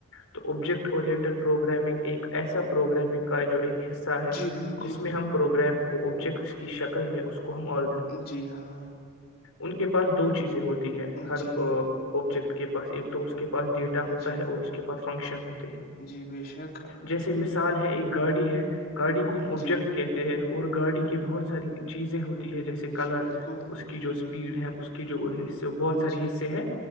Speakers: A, on the left (about 85°); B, on the left (about 45°).
A: تو آبجیکٹ اورینٹڈ پروگرامنگ ایک ایسا پروگرامنگ کا جو ایک حصہ ہے
B: جی بالکل
A: جس میں ہم پروگرام کو آبجیکٹس کی شکل میں اس کو ہم آ
B: جی ہاں
A: ان کے پاس دو چیزیں ہوتی ہے ہر
B: جی
A: آبجیکٹ کے بس ایک اس کے پاس ڈیٹا ہوتا
B: جی
A: ہے اور اس کے پاس فنکشن ہوتے ہیں
B: جی بے شک
A: جیسے مثال ہے ایک گاڑی ہے گاڑی کو ہم آبجیکٹ
B: جی
A: کہتے ہیں اور گاڑی کہ بہت ساری چیزیں ہوتی ہے جیسے کلر
B: جی بالکل
A: اس کی جو اسپیڈ ہے اس جو بہت سار
B: جی
A: حصے ہیں